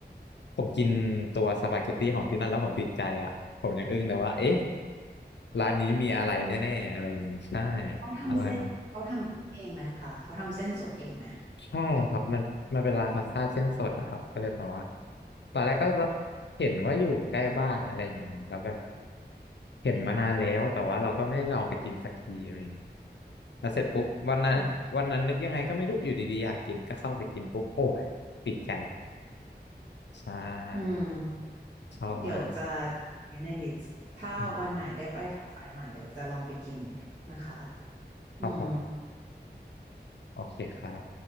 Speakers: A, on the left; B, on the right.
A: ผมกินตัวสปาเกตตี้ของที่นั่นแล้วผมติดใจอ่ะผมยังอึ้งเลยว่าเอ๊ะร้านนี้มีอะไรแน่ๆอะไรอย่างนี้ใช่
B: เขาทำเส้นเขาทำเส้นเองไหมคะเขาทำเส้นสดเองไหม
A: อร่อย ใช่ครับมันมันเป็นร้านพาสต้าเส้นสดนะครับก็เลยแบบว่าตอนแรกก็เห็นว่าอยู่ใกล้บ้านอะไรอย่างนี้แล้วแบบเห็นมานานแล้วแต่ว่าเราก็ไม่ได้ลองไปกินสักทีอะไรอย่างนี้แล้วเสร็จปุ๊บวันนั้นวันนั้นนึกยังไงก็ไม่รู้อยู่ดีๆอยากกินก็เข้าไปกินปุ๊บโอ้ยติดใจ
B: อืม
A: ใช่
B: อืม
A: ชอบมาก
B: เดี๋ยวจะไว้ในลิสต์ถ้าวันไหนได้ไปแถวสายใหม่เดี๋ยวจะลองไปกิน
A: อืม
B: นะคะอืม
A: ครับผมโอเคครับ